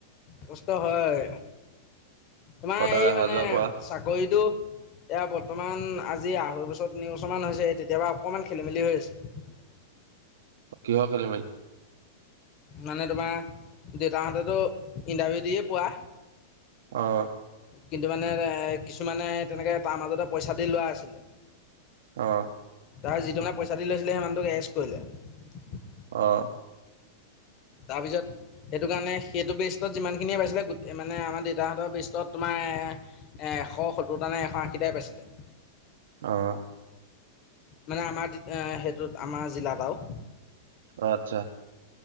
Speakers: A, on the left; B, on the right.
A: কষ্ট হয় তোমাৰ
B: সদায়
A: এই
B: অহা
A: মানে
B: যোৱা কৰা
A: চাকৰিটো এতিয়া বৰ্তমান আজি আঢ়ৈ বছৰ তিনি বছৰমান হৈছে তেতিয়াপা অকণমান খেলি মেলি হৈ আছে।
B: কিহৰ খেলি মেলি।
A: মানে তোমাৰ দেউতাহঁতেতো ইণ্টাৰভিউ দিয়ে পোৱা
B: আহ
A: কিন্তু মানে এ কিছুমানে তেনেকে তাৰ মাজতে পইচা দি লোৱা আছিলে
B: আহ
A: তাৰ যিজনে পইচা দি লৈছিলে সেই মানুটোক এৰেষ্ট কৰিলে
B: অঁ
A: তাৰপিছত সেইটো কাৰণে সেইটো বেষ্টত যিমানখিনিয়ে পাইছিলে মানে আমাৰ দেউতাহঁতৰ বেষ্টত তোমাৰ এশ সত্তৰটা নে এশ আশীটাই পাইছিলে।
B: অহ।
A: মানে আমাৰ সেইটোত আমাৰ জিলাত আও
B: অঁ আত্ছা